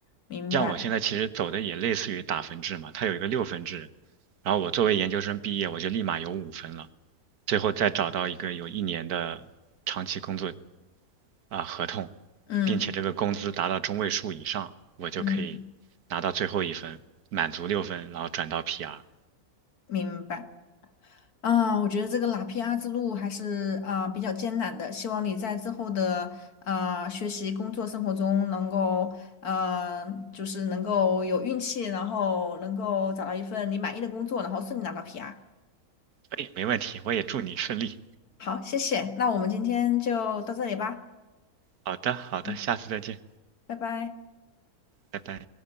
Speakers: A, on the left (about 75°); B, on the right (about 80°).
A: 明白。
B: 像我现在其实走的也类似于打分制嘛，它有一个六分制，然后我作为研究生毕业，我就立马有五分了，最后再找到一个有一年的长期工作啊、合同，
A: 嗯
B: 并且这个工资达到中位数以上，我就可以拿到最后一分，
A: 嗯，
B: 满足六分，然后转到 PR。
A: 明白。啊，我觉得这个拿 P R 之路还是啊、比较艰难的，希望你在之后的啊学习、工作、生活中能够呃，就是能够有运气，然后能够找到一份你满意的工作，然后顺利拿到 PR。
B: 哎，没问题，我也祝你顺利。
A: 好，谢谢。那我们今天就到这里吧。
B: 好的，好的，
A: 嗯，
B: 下次再见，
A: 拜拜。
B: 拜拜。